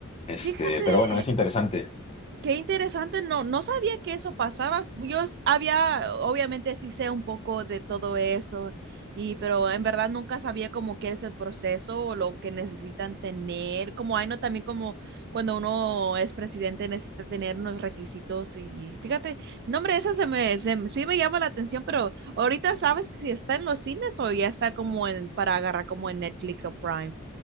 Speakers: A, on the left; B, on the right.
A: Este,
B: Fíjate.
A: pero bueno, es interesante.
B: Qué interesante, no, no sabía que eso pasaba. Yo s- había, obviamente sí sé un poco de todo eso, y pero en verdad nunca sabía como qué es el proceso o lo que necesitan tener. Como hay no también como cuando uno es presidente necesita tener unos requisitos y fíjate, no hombre, esa se me, se me- sí me llama la atención, pero ahorita sabes que si está en los cines o ya está como en para agarrar como en Netflix o Prime.